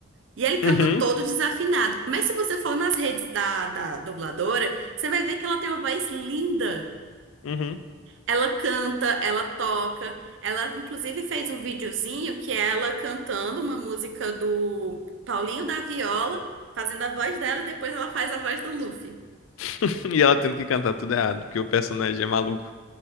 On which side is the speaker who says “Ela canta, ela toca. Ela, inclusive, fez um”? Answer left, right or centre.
Right